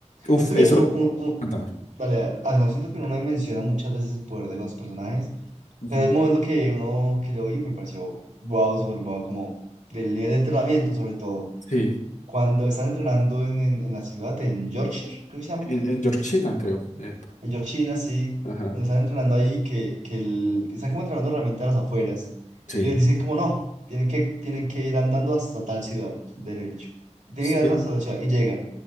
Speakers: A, on the left; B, on the right.
A: Uf,
B: Siento
A: eso.
B: que uno, uno, uno-
A: Cuéntame.
B: Dale, dale. Ah, no, siento que uno no menciona muchas veces el poder de los personajes,
A: Ujú.
B: pero el momento que uno que yo vi me pareció wow, súper wow, como del nivel de entrenamiento, sobre todo.
A: Sí,
B: Cuando están entrenando en, en, en la ciudad, en Yorkshire, creo que se llama,
A: en, en Georgina, creo. Eh,
B: en Yorkshire, sí,
A: ajá.
B: cuando están entrenando ahí, que, que el- están como entrenando realmente a las afueras,
A: Sí,
B: y les dicen como no, tienen que, tienen que ir andando hasta tal ciudad, derecho. Tienen
A: sí.
B: que ir andando hasta tal ciudad, y llegan,